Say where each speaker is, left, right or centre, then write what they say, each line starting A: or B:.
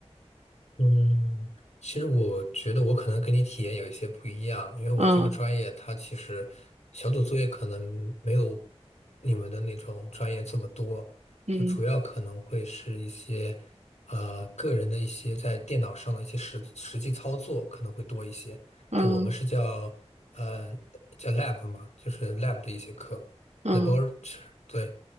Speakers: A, on the left (about 85°); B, on the right (about 75°).
A: 嗯，其实我觉得我可能跟你体验有一些不一样，因为我这个专业它其实小组作业可能没有
B: 嗯
A: 你们的那种专业这么多，
B: 嗯
A: 就主要可能会是一些呃个人的一些在电脑上的一些实实际操作可能会多一些。
B: 嗯
A: 就我们是叫呃叫 lab 嘛，就是 lab 的一些课，laboratory
B: 嗯
A: 对。